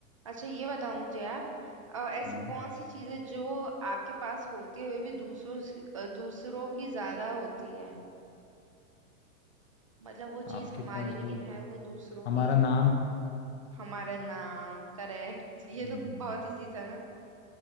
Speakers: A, on the right; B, on the left.
A: अच्छा ये बताओ मुझे आप अ, ऐसी
B: हम्म
A: कौन सी चीजें जो आपके पास होते हुए भी दूसरों से- अ, दूसरों की ज्यादा होती है मतलब वो चीज
B: आपके
A: हमारी
B: पास
A: लेकिन
B: भी हो-
A: है वो दूसरों
B: हमारा
A: की
B: नाम
A: हमारा नाम करेक्ट ये
B: हम्म
A: तो बहुत इजी था ना